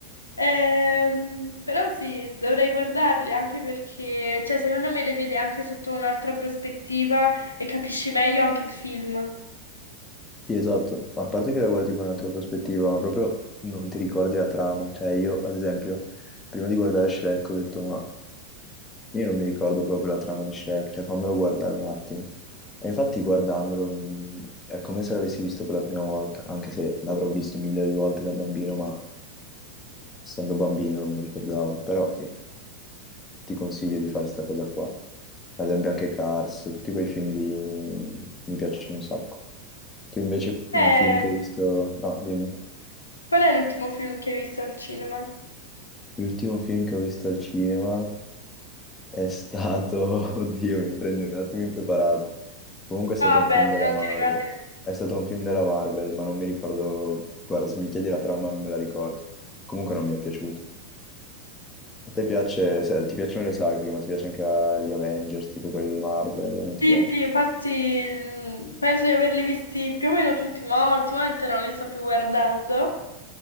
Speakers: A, on the left; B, on the left.
A: Ehm, però sì, dovrei guardarli anche perché, cioè, secondo me le vede anche sotto un'altra prospettiva e capisci meglio anche il film.
B: Sì, esatto, ma a parte che la guardi con un'altra prospettiva, ma proprio non ti ricordi la trama. Cioè, io, ad esempio, prima di guardare Shrek ho detto, ma io non mi ricordo proprio la trama di Shrek, cioè fammelo guardare un attimo. E infatti guardandolo mh, è come se l'avessi visto per la prima volta, anche se l'avrò visto mille volte da bambino, ma essendo bambino non mi ricordavo. Però sì, ti consiglio di fare sta cosa qua. Ad esempio anche Cars, tutti quei film lì mi mi piacciono un sacco. Tu invece
A: Eh,
B: un film che hai visto... No, dimmi.
A: qual è l'ultimo film che hai visto al cinema?
B: L'ultimo film che ho visto al cinema è stato... <laughs> Oddio, mi prendi un attimo impreparato. Comunque è stato
A: Ah,
B: un film
A: beh,
B: della
A: se non
B: Marvel.
A: ti ricordi...
B: È stato un film della Marvel, ma non mi ricordo... Guarda, se mi chiedi la trama non me la ricordo. Comunque non mi è piaciuto. A te piace... se- ti piacciono le saghe, ma ti piace anche la- gli Avengers, tipo quelli Marvel, o non ti
A: Sì,
B: piace?
A: sì, infatti il- penso di averli visti più o meno tutti, ma ultimamente non li sto più guardando